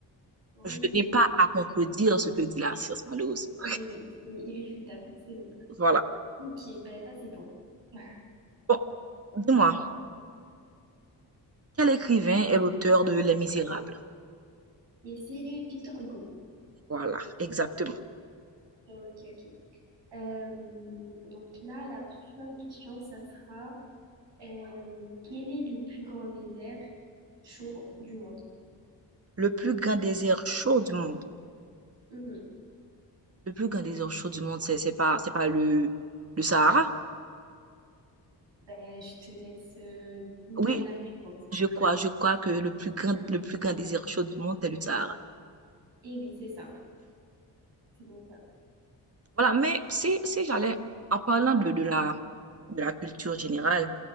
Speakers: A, on the right; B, on the right.
A: Ok,
B: Je n'ai
A: oui,
B: pas à contredire ce que dit la science, malheureusement.
A: oui, c'est irréfutable, c'est oui.
B: Voilà.
A: Ok, ben ça c'est bon. <laughs>
B: Bon, dis-moi, quel écrivain est l'auteur de Les Misérables?
A: Et c'est Victor Hugo.
B: Voilà, exactement.
A: Ok, ok. Euh, donc là, la suivante question, ça sera euh, quel est le plus grand désert chaud du monde?
B: Le plus grand désert chaud du monde.
A: Mhm.
B: Le plus grand désert chaud du monde, c'est c'est pas c'est pas le le Sahara?
A: Ben, je te laisse euh, me
B: Oui,
A: donner la réponse.
B: je crois, je crois que le plus grand le plus grand désert chaud du monde, c'est le Sahara.
A: Et oui, c'est ça. C'est bien ça.
B: Voilà, mais si si j'allais en parlant de, de la de la culture générale.